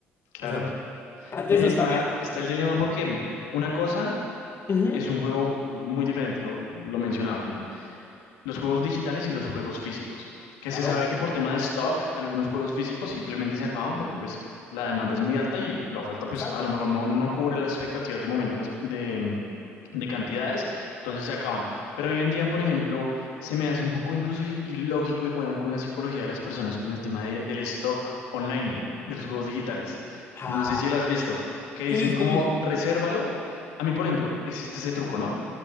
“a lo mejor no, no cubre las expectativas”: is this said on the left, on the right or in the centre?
Left